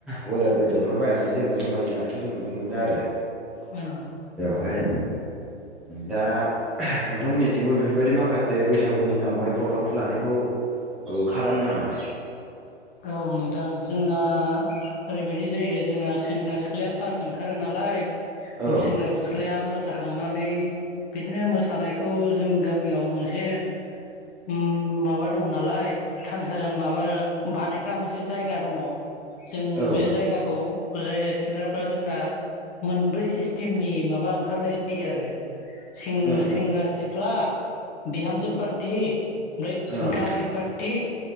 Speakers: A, in the centre; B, on the left.
A: ब्रयलार बेदरफोर बायनानै जोङो जमायै जानायखौ जों नुनो मोनो आरो
B: औ
A: ओमफ्राय दा नोंथांमोननि थिंबो बेफोरबायदि माखासे बैसागुनि नामावहाय प्रग्रामफोर लानायखौ खालामो नामा?
B: औ नोंथां जोंना ओरैबायदि जायो जोंना सेंग्रा सिख्ला फास ओंखारो नालाय
A: औ
B: सेंग्रा सिख्लाया मोसाखांनानै बिदिनो मोसानायखौ जों गामियाव मोनसे उम माबा दं नालाय थानसा माबा बानायग्रा मोनसे जायगा दङ जों
A: औ
B: बे
A: औ
B: जायगाखौ जाय जाय सेंग्राफ्रा जोंना मोनब्रै सिस्टेमनि माबा ओंखा खारनाय होयो आरो सें
A: ओं
B: सेंग्रा सिख्ला बिहामजो पार्टि ओमफ्राय
A: ओं
B: गागि पाटि